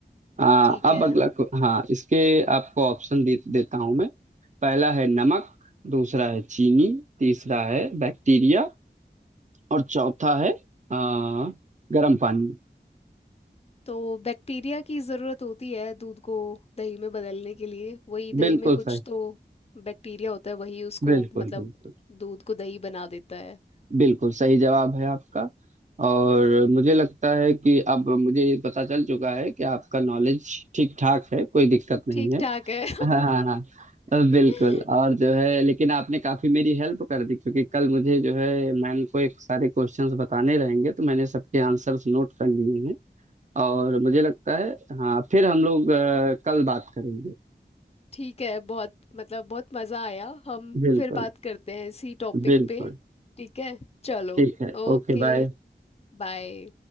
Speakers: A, on the right; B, on the left.
A: आ,
B: ठीक
A: अब
B: है
A: अगला क्वे- हाँ इसके आपको ऑप्शन दे, देता हूं मैं पहला है नमक दूसरा है चीनी तीसरा है बैक्टीरिया और चौथा है आ, गर्म पानी
B: तो बैक्टीरिया की ज़रूरत होती है दूध को दही में बदलने के लिए वही दही
A: बिल्कुल
B: में कुछ
A: सही
B: तो बैक्टीरिया होता है वही उसको
A: बिल्कुल
B: मतलब
A: बिल्कुल
B: दूध को दही बना देता है
A: बिल्कुल सही जवाब है आपका और मुझे लगता है कि अब मुझे पता चल चुका है कि आपका नॉलेज ठीक ठाक है कोई दिक्कत नहीं
B: ठीक
A: है
B: ठाक
A: <laughs>
B: है
A: हाँ हाँ
B: <laughs>
A: हाँ, बिल्कुल और जो है लेकिन आपने काफी मेरी हेल्प कर दी क्योंकि कल मुझे जो है मैम को एक सारे क्वेश्चंस बताने रहेंगे तो मैंने सबके आंसर्स नोट कर लिए हैं और मुझे लगता है हाँ फिर हम लोग अ, कल बात करेंगे
B: ठीक है बहुत मतलब बहुत मज़ा आया हम
A: बिल्कुल
B: फिर बात करते हैं इसी टॉपिक
A: बिल्कुल
B: पे ठीक है चलो
A: ठीक है
B: Okay
A: ओके बाय
B: bye